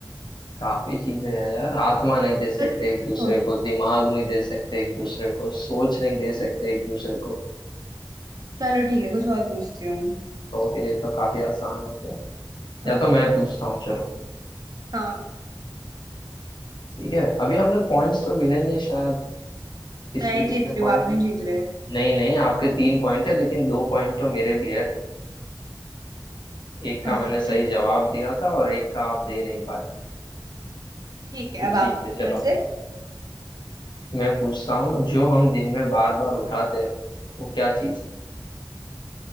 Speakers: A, on the left; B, on the right.
A: काफी चीजें हैं यार आत्मा नहीं दे सकते
B: चलो इसको
A: एक दूसरे
B: छोड़ो
A: को दिमाग नहीं दे सकते एक दूसरे को सोच नहीं दे सकते एक दूसरे को
B: चलो ठीक है कुछ और पूछती हूँ
A: तो फिर ये तो काफी आसान हो गया
B: अ,
A: या तो मैं पूछता हूँ चलो
B: हाँ
A: ठीक है अभी हमने पॉइंट्स तो गिने नहीं शायद किसके
B: मैं ही
A: कितने
B: जीत रही हूँ
A: पॉइंट
B: आप नहीं
A: हैं
B: जीत रहे हो।
A: नहीं नहीं आपके तीन पॉइंट है लेकिन दो पॉइंट तो मेरे भी है एक का
B: हाँ
A: मैंने सही
B: ठीक
A: जवाब दिया था और एक का आप दे नहीं पाए
B: ठीक है
A: तो
B: अब
A: ठीक
B: आप पूछो
A: है चलो
B: मेरे से
A: मैं पूछता हूँ जो हम दिन में बार बार उठाते हैं वो क्या चीज़ है